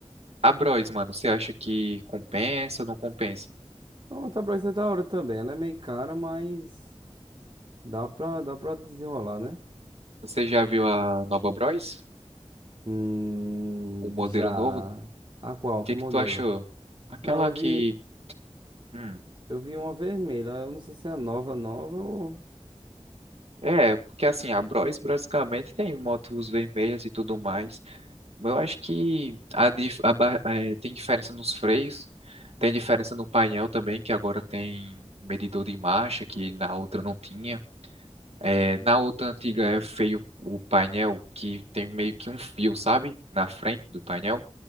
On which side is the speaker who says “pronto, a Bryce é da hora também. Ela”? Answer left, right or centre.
Right